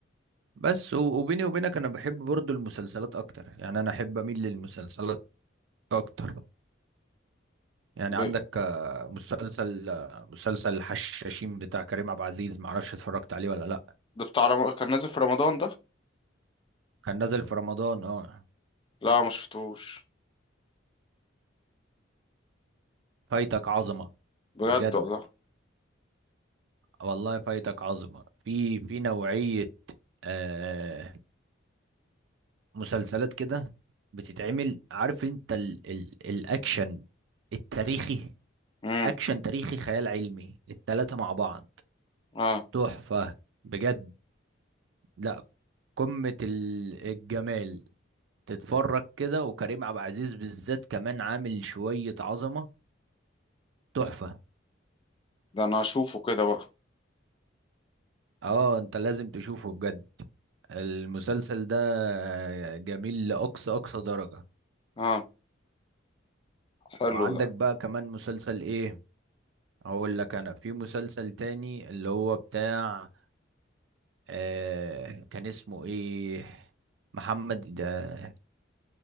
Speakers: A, on the right; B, on the left.
A: بس و- وبيني وبينك انا بحب برضو المسلسلات اكتر يعني انا احب اميل للمسلسلات اكتر يعني
B: ب-
A: عندك آه، مسلسل آه، مسلسل الحشاشين بتاع كريم عبد العزيز معرفش اتفرجت عليه ولا لا
B: ده بتاع رم... كان نازل في رمضان ده
A: كان نازل في رمضان اه
B: لا ما شفتوش
A: فايتك عظمة
B: بجد
A: بجد
B: والله
A: والله فايتك عظمة في في نوعية آه مسلسلات كده بتتعمل عارف انت ال ال الأكشن التاريخي
B: امم
A: أكشن تاريخي خيال علمي التلاتة مع بعض
B: اه
A: تحفة بجد لا قمة ال- الجمال تتفرج كده وكريم عبد العزيز بالذات كمان عامل شوية عظمة تحفة
B: ده انا اشوفه كده بقى
A: اه انت لازم تشوفه بجد المسلسل ده جميل لأقصى أقصى درجة
B: اه حلو
A: وعندك
B: ده
A: بقى كمان مسلسل ايه اقول لك انا في مسلسل تاني اللي هو بتاع آه كان اسمه ايه محمد اه